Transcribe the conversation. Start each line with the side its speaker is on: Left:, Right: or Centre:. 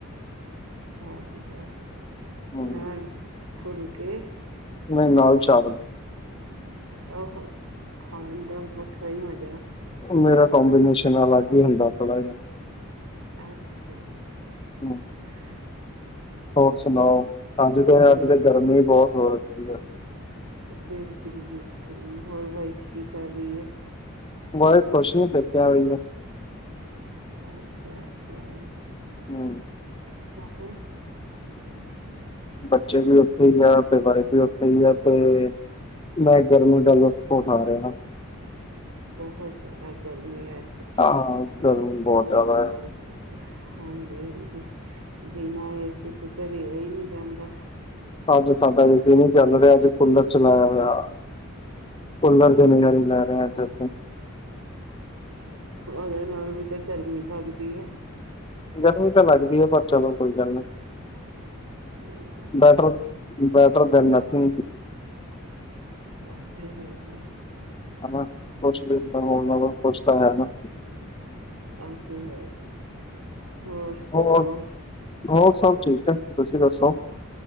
Right: ਵਾਹ ਜੀ ਵਾਹ!
Left: ਹੂੰ।
Right: ਨਾਲ ਫੁਲਕੇ
Left: ਨ ਈ ਨਾਲ ਚਾਵਲ!
Right: ਔਹੋ! ਖਾਣ ਦਾ ਵੱਖਰਾ ਈ ਮਜੈ।
Left: ਮੇਰਾ ਕੋਂਬੀਨੇਸ਼ਨ ਅਲੱਗ ਈ ਹੋਂਦਾ ਥੋੜਾ ਜਾ
Right: ਐਛਾ ਜੀ!
Left: ਹਮ!
Right: <inaudible>
Left: ਹੋਰ ਸੁਣਾ ਔ ਅੱਜ ਤੇ
Right: ਵਾਈਫ
Left: ਅੱਜ ਤੇ ਗਰਮੀ ਬੋਤ ਹੋ ਰੱਖੀ ਹੈ।
Right: ਬਿਲਕੁਲ- ਬਿਲਕੁਲ, ਹੋਰ ਵਾਈਫ ਕੀ ਕਰ ਰਹੀ ਏ?
Left: ਵਾਈਫ ਕੁਸ਼ ਨੀ ਪੈਕੇਆਂ ਗਈ ਏ।
Right: ਓਕੇ- ਓਕੇ
Left: ਹੂੰ
Right: <inaudible>
Left: ਬੱਚੇ ਵੀ ਉੱਥੇ ਆ ਤੇ ਵਾਈਫ ਵੀੇ ਉੱਥੇ ਗਹੀ ਆ ਤੇ ਮੈਂ ਗਰਮੀ ਦਾ ਲੁਤਫ ਉਠਾ ਰਿਹਾ।
Right: ਬਹੁਤ ਜਿਆਦਾ ਗਰਮੀ ਆ।
Left: ਹਾਂ, ਗਰਮੀ ਬਹੁਤ ਜ਼ਿਆਦਾ।
Right: ਬਹੁਤ ਹਾਂਜੀ- ਹਾਂਜੀ, ਬਿਨਾ ਏ ਸੀ ਤੋ ਤਾ ਰਿਆ ਈ ਨੀ ਜਾਂਦਾ।
Left: ਅੱਜ ਸਾਡਾ ਏ ਸੀ ਨੀ ਚੱਲ ਰਿਹਾ, ਅੱਜ ਕੁੁੱਲਰ ਚਲਾਇਆ ਹੋਇਆ। ਕੁੱਲਰ ਦੇ
Right: ਆਹੋ
Left: ਨਜਾਰੇ ਲੈ ਰਹੇ ਅੱਜ ਅਸੀਂ।
Right: ਉਹਦੇ ਨਾਲ ਵੀ ਤੇ ਗਰਮੀ ਲੱਗਦੀ ਆ।
Left: ਗਰਮੀ ਤਾਂ ਲੱਗਦੀ ਹੈ, ਪਰ ਚਲੋ ਕੋਈ ਗੱਲ ਨੀ।
Right: ਹਾਂਜੀ
Left: ਬੈਟਰ
Right: - ਹਾਂਜੀ
Left: ਬੈਟਰ ਦੇਨ ਨਥਿੰਗ!
Right: ਉਹ ਤੇ ਹੈ ਆ,
Left: ਹਨਾ ਕੁਸ਼ ਵੀ ਨ ਹੋਨ ਨਾਲੋਂ ਕੁਸ਼ ਤਾ ਹੈ ਨਾ।
Right: ਆ ਤੇ ਹੈ, ਹੋਰ ਸੁਣਾਓ!
Left: ਹੋਰ ਹੋਰ ਸਭ ਠੀਕ ਏ, ਤੁਸੀਂ ਦੱਸੋ।